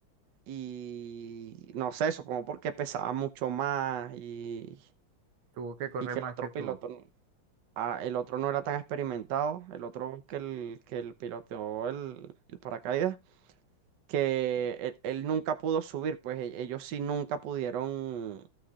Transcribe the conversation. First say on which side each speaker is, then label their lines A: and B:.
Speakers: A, on the right (about 65°); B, on the right (about 85°).
A: Y no sé, supongo porque pesaba mucho más y,
B: Tuvo que correr
A: y que
B: más
A: el otro
B: que
A: piloto,
B: tú,
A: no- ah, el otro no era tan experimentado, el otro que el, que el piloteó el, el paracaídas, que él, él nunca pudo subir, pues e- ellos sí nunca pudieron,